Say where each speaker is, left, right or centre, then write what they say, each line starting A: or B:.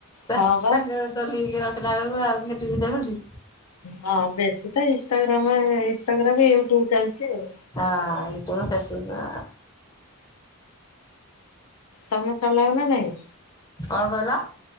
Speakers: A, on the left; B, on the left.
A: ତା
B: ହଁ
A: ସାଙ୍ଗରେ
B: ବା
A: ତ ଲିଙ୍କ୍ ରଖିଲା ବେଳକୁ ଆଉ କିଏ ଟିଭି ଦେଖୁଛି।
B: ହଁ ବେଶୀ ତ ଇନଷ୍ଟାଗ୍ରାମ ଇନଷ୍ଟାଗ୍ରାମି ୟୁଟ୍ୟୁବ ଚାଲିଚି ଆଉ।
A: ଆଁ ୟୁଟ୍ଯବ୍ ଫେସବୁକ୍ ନା।
B: ତମେ ଚଲାଅ ନା ନାଇଁ?
A: କଣ କହିଲ?